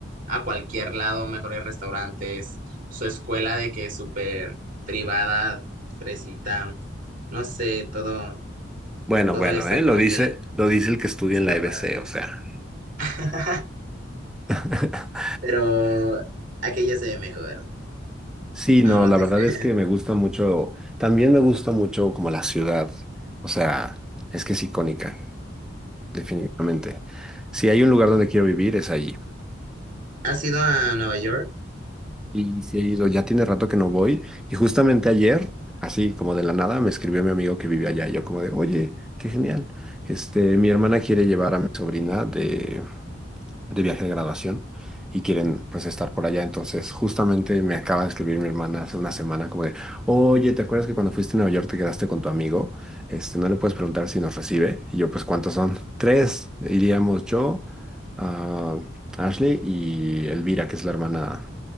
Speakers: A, on the right (about 40°); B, in the centre.
A: a cualquier lado, mejores restaurantes, su escuela de que es súper privada, fresita, no sé, todo,
B: Bueno,
A: todo
B: bueno,
A: eso
B: ¿eh?
A: como
B: Lo dice,
A: que
B: lo dice el que estudia
A: está
B: en la EBC,
A: padre.
B: o sea.
A: <laughs>
B: <laughs>
A: Pero aquella se ve mejor.
B: Sí, no,
A: No, no
B: la
A: te...
B: verdad es
A: creo.
B: que me gusta mucho, también me gusta mucho como la ciudad, o sea, es que es icónica, definitivamente. Si hay un lugar donde quiero vivir, es allí.
A: ¿Has ido a Nueva York?
B: Y sí he ido, ya tiene rato que no voy. Y justamente ayer, así como de la nada, me escribió mi amigo que vive allá. Y yo como de, oye, qué genial. Este, mi hermana quiere llevar a mi sobrina de de viaje de graduación y quieren pues estar por allá. Entonces, justamente me acaba de escribir mi hermana hace una semana como de, oye, ¿te acuerdas que cuando fuiste a Nueva York te quedaste con tu amigo? Este, no le puedes preguntar si nos recibe. Y yo, pues, ¿cuántos son? Tres. Iríamos yo, ah, Ashley y Elvira, que es la hermana,